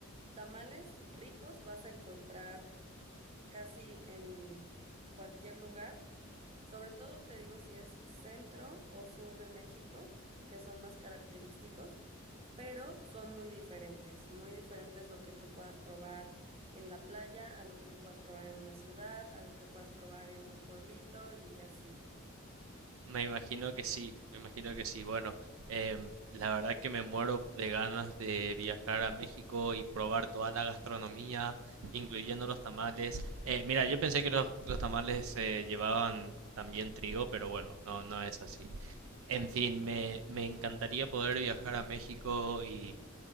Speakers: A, on the right; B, on the right.
A: tamales ricos vas a encontrar casi en cualquier lugar. Sobre todo te digo si es centro o sur de México, que son más característicos pero son muy diferentes, muy diferentes lo que tú puedas probar en la playa, a lo que tú puedas probar en una ciudad, a lo que puedas probar en un pueblito y así.
B: Me imagino que sí, me imagino que sí. Bueno, em, la verdad que me muero de ganas de viajar a México y probar toda la gastronomía, incluyendo los tamales. Eh, mira, yo pensé que los, los tamales eh, llevaban también trigo, pero bueno, no, no es así. En fin, me, me encantaría poder viajar a México y